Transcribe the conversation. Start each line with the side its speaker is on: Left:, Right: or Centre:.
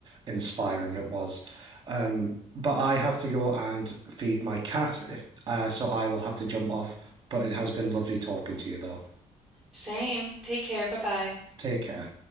Right: inspiring it was. Um, but I have to go and feed my cat if, uh, so I will have to jump off. But it has been lovely talking to you though.
Centre: Same. Take care. Bye bye.
Right: Take care.